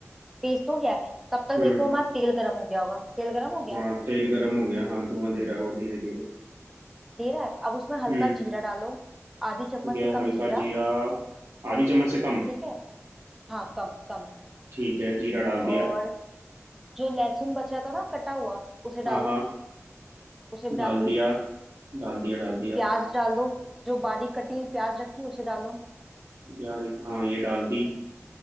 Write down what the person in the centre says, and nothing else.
पेस्ट हो गया है तब तक
देखो हमारा तेल गर्म हो गया होगा तेल गर्म हो गया
दे रहा है अब उसमें हल्का
जीरा डालो आधी चम्मच
से कम
जीरा
ठीक है हाँ कम कम
और जो लहसुन बचा था ना कटा हुआ उसे डालो
उसे भी डाल
दो उसमें
प्याज डाल दो जो बारीक कटी हुई प्याज रखी है, उसे डालो